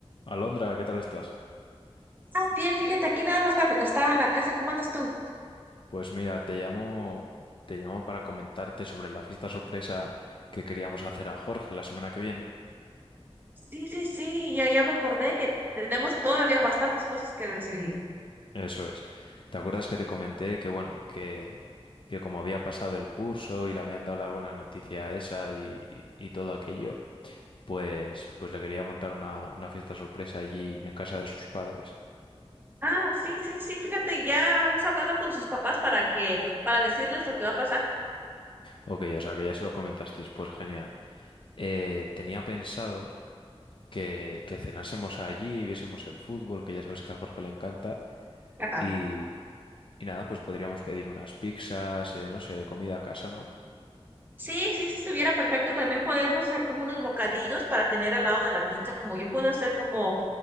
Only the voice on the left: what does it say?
Alondra, ¿qué tal estás?
Pues mira, te llamo, te llamo para comentarte sobre la fiesta sorpresa que queríamos hacer a Jorge la semana que viene.
Eso es. ¿Te acuerdas que te comenté que bueno, que, que como había pasado el curso y le habían dado la buena noticia a esa y, y todo aquello, pues, pues le quería montar una, una fiesta sorpresa allí en casa de sus padres.
Ok, o sea que ya se lo comentasteis, pues genial. Eh, tenía pensado que, que cenásemos allí, viésemos el fútbol, que ya sabes que a Jorge le encanta.
Y, y nada, pues podríamos pedir unas pizzas, eh, no sé, comida a casa, ¿no?